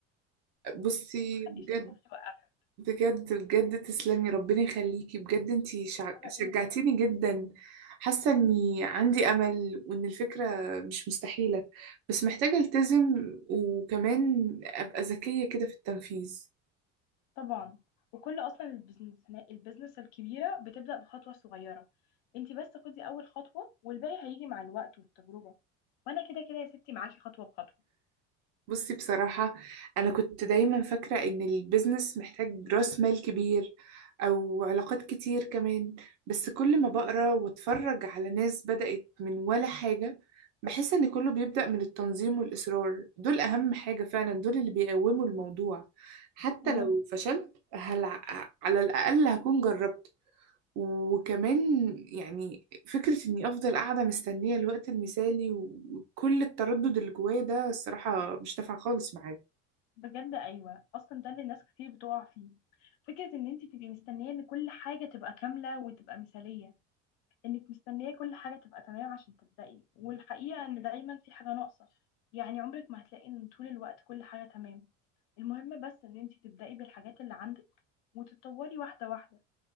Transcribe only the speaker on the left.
نفسي الخوف يوقفها
على
ايه بس
طبعا وكل اصلا البزنس البزنس الكبيره بتبدا بخطوه صغيره انت بس خدي اول خطوه والباقي هيجي مع الوقت والتجربه وانا كده كده يا ستي معاكي خطوه بخطوه
امم
بجد ايوه اصلا ده اللي ناس كتير بتقع فيه فكره ان انت تبقي مستنيه ان كل حاجه تبقى كامله وتبقى مثاليه انك مستنيه كل حاجه تبقى تمام عشان تبدأي والحقيقه ان دايما في حاجه ناقصه يعني عمرك ما هتلاقي ان طول الوقت كل حاجه تمام المهم بس ان انت تبدأي بالحاجات اللي عندك وتتطوري واحده واحده